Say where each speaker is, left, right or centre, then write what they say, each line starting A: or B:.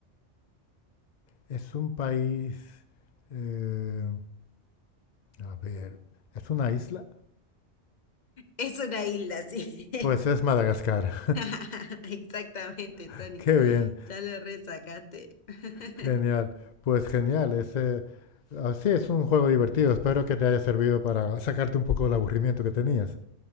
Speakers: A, on the left (about 60°); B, on the left (about 40°).
A: Es un país, eh, a ver, ¿es una isla?
B: Es una isla, sí.
A: Pues es Madagascar,
B: <laughs> Exactamente,
A: <laughs>
B: Tony.
A: qué bien.
B: Ya le resacaste. <laughs>
A: Genial, pues genial. Ese, así es un juego divertido. Espero que te haya servido para sacarte un poco del aburrimiento que tenías.